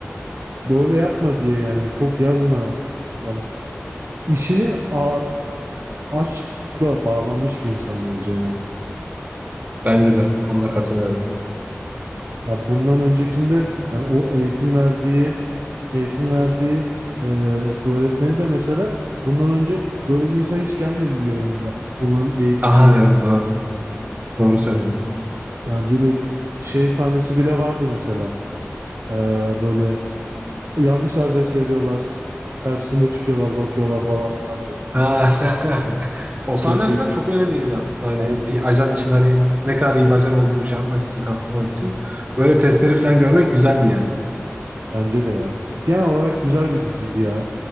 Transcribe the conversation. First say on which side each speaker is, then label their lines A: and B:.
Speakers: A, on the right; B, on the right.
A: böyle yapma diye yani çok yazma. Yani işini a aşkla bağlanmış bir insan bence yani.
B: bence de o konuda katılıyorum.
A: Ya bundan öncekinde yani o eğitim verdiği eğitim verdiği e, öğretmeni de mesela bundan önce böyle bir insan hiç gelmedi diyor yanımıza. Onların eğittiği
B: Aha evet doğru. Doğru söylüyorsun.
A: yani, yani direkt şey sahnesi bile vardı mesela. E, böyle yanlış adres veriyorlar. Karşısında çıkıyorlar, bakıyorlar falan filan böyle.
B: Ha, <laughs> O sahneler
A: Çok iyi.
B: falan çok eğlenceliydi aslında. Hani
A: Aynen çok
B: bir ajan için hani ne kadar iyi bir ajan olduğunu şey yapmak için, kanıtlamak için. Böyle testleri falan görmek güzeldi yani.
A: bence de ya. Genel olarak güzel bir diziydi ya.